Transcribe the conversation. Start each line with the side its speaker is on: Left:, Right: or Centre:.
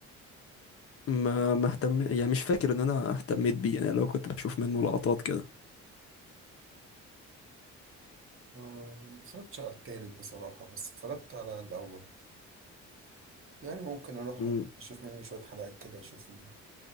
Left: ما ما اهتم يعني مش فاكر ان انا اهتميت بيه انا لو كنت بشوف منه لقطات كده
Right: آه، ما اتفرجتش على التالت بصراحة بس اتفرجت على الأول يعني ممكن أروح
Left: امم
Right: أشوف منه شوية حلقات كده أشوف ال-